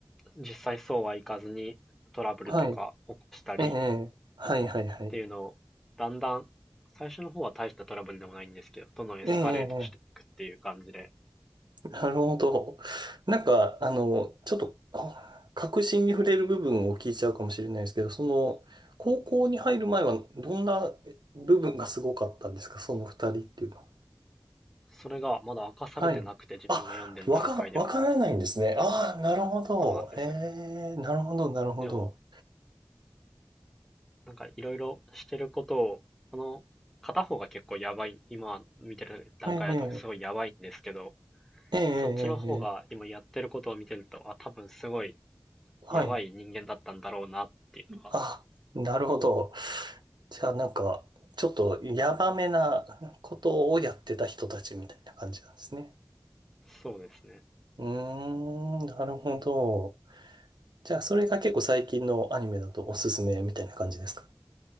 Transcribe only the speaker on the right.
え、はい。ええ、はいはいはい。
ええ、ええなるほど。なんか、あの、ちょっと、あ核心に触れる部分を聞いちゃうかもしれないですけど、その、高校に入る前はどんな部分がすごかったんですかその二人っていうのは。
はい。あ、わか、わからないんですね。ああ、なるほど。
ええ、なるほど、なるほど。
ええ、ええ、ええ、
ええ、
はい。
あ、なるほど。じゃあなんか、ちょっとヤバめなことをやってた人たちみたいな感じなんですね。
うーん、なるほど。じゃあそれが結構最近のアニメだとおすすめみたいな感じですか